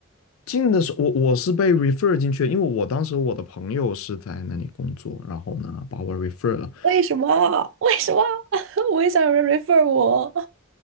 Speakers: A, on the left; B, on the right.
A: 进的时候，我我是被 refer 进去的，因为我当时我的朋友是在那里工作，然后呢把我 refer 了。
B: 为什么？为什么？<laughs> 我也想有人 refer 我。